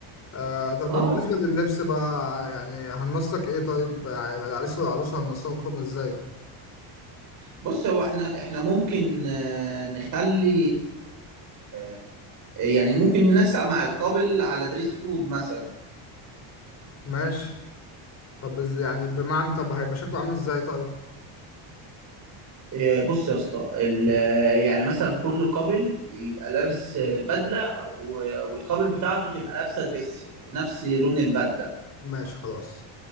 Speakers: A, on the left; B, on the right.
A: آه طب
B: اه
A: وبالنسبة لللبس بقى يعني هننسق ايه طيب يعني العريس والعروسة هننسقهم ازاي
B: بص هو احنا احنا ممكن آه، نخلي آه، يعني ممكن ننسق مع القابل على دريس كود مثلا
A: ماشي طب إز- يعني بمعنى طب هيبقى شكله عامل ازاي طيب
B: آه، بص يا اسطى ال- آه، يعني مثلا كل قابل يبقى لابس آه، بدله و- والقابل بتاعته تبقى لابسه دريس نفس لون البدله
A: ماشي خلاص